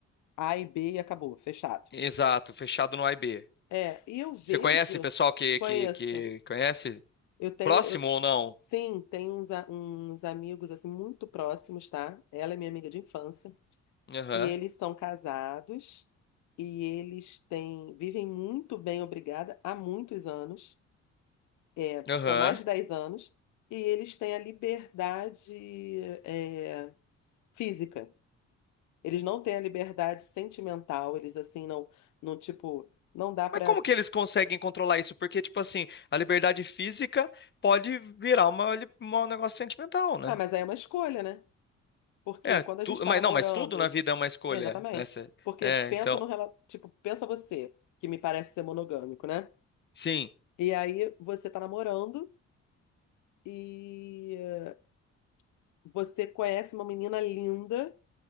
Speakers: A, on the left; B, on the left.
A: A e B e acabou, fechado.
B: exato, fechado no A e B.
A: É, e eu vejo,
B: Você conhece pessoal que,
A: conheço.
B: que, que conhece?
A: Eu tenho.
B: Próximo ou não?
A: Sim, tem uns, a- uns amigos assim muito próximos, tá? Ela é minha amiga de infância,
B: Aham,
A: que eles são casados e eles têm vivem muito bem, obrigada, há muitos anos, é, tipo
B: aham.
A: há mais de 10 anos, e eles têm a liberdade é, física. Eles não têm a liberdade sentimental, eles assim não, não tipo, não dá pra.
B: Mas como que eles conseguem controlar isso? Porque, tipo assim, a liberdade física pode virar uma, li- uma- um negócio sentimental, né?
A: Ah, mas aí é uma escolha, né? Porque
B: É,
A: quando a
B: tu,
A: gente tá
B: mas
A: namorando
B: não, mas tudo na vida é uma escolha,
A: Exatamente.
B: né? Cê-
A: Porque
B: É,
A: pensa
B: então,
A: no rela- tipo, pensa você, que me parece ser monogâmico, né?
B: sim,
A: E aí você tá namorando e eh, você conhece uma menina linda,